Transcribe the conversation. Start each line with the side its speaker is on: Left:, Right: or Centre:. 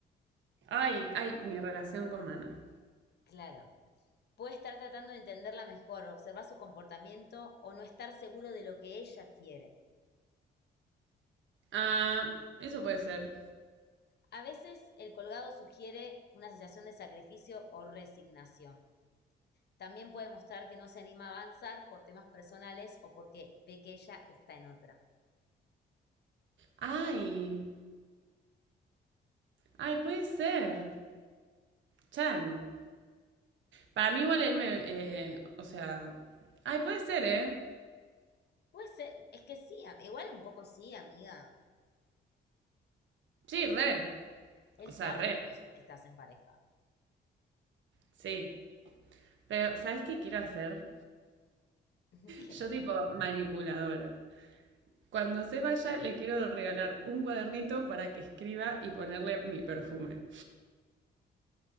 Right: Ay, ay, mi relación con Mana.
Left: Claro. Puede estar tratando de entenderla mejor, observar su comportamiento o no estar seguro de lo que ella quiere.
Right: Ah, eso puede ser.
Left: A veces el colgado sugiere una sensación de sacrificio o resignación. También puede mostrar que no se anima a avanzar por temas personales o porque ve que ella está en otra.
Right: Ay, ay, puede ser. Chan. Para mí igual él me... eh, eh, o sea... Ay, puede ser, ¿eh?
Left: Puede ser, es que sí, igual un poco sí, amiga.
Right: Sí, re.
Left: Él
Right: O
Left: sabe
Right: sea, re.
Left: que vos estás en pareja.
Right: Sí. Pero, ¿sabes qué quiero hacer?
Left: <laughs> ¿Qué?
Right: Yo tipo manipuladora. Cuando se vaya, le quiero regalar un cuadernito para que escriba y ponerle mi perfume.